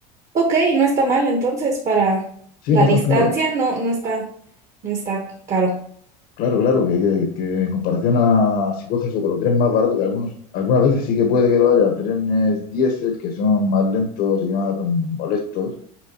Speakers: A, on the right; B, on the left.
A: Ok, no está mal entonces para
B: Sí,
A: la
B: no es
A: distancia,
B: tan caro.
A: no, no está, no está caro.
B: Claro, claro, que, que- que en comparación a si coges otro tren más barato, que algunos, algunas veces sí que puede que lo haya, trenes diésel que son más lentos y más mm, molestos.